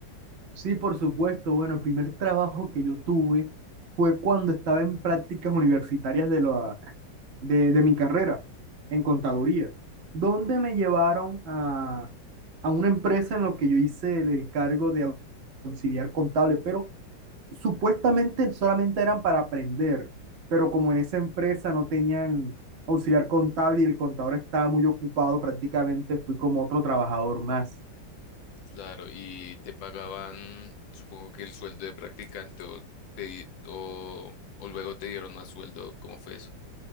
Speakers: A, on the right; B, on the left.
A: Sí, por supuesto. Bueno, el primer trabajo que yo tuve fue cuando estaba en prácticas universitarias de, la, de, de mi carrera en contaduría, donde me llevaron a, a una empresa en lo que yo hice el, el cargo de auxiliar contable, pero supuestamente solamente eran para aprender, pero como en esa empresa no tenían auxiliar contable y el contador estaba muy ocupado, prácticamente fui como otro trabajador más.
B: Claro, y te pagaban, supongo que el sueldo de practicante o, te, di- o, o luego te dieron más sueldo. ¿Cómo fue eso?